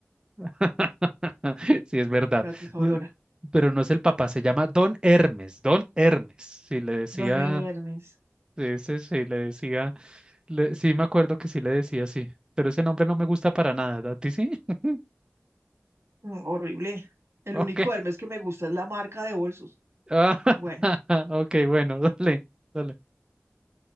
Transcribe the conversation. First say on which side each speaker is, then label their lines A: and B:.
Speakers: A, on the right; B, on the right.
A: <laughs> Sí, es verdad.
B: Beatriz Aurora.
A: No, Pero no es el papá, se llama Don Hermes, Don Hermes. Si le decía,
B: Don Hermes.
A: ese sí sí, le decía, le- sí me acuerdo que sí le decía así, pero ese nombre no me gusta para nada, ¿a ti sí? <laughs>
B: Mm, horrible. El
A: Ok.
B: único Hermes que me gusta es la marca de bolsos.
A: Ah, <laughs>
B: Bueno,
A: ok, bueno, dale, dale.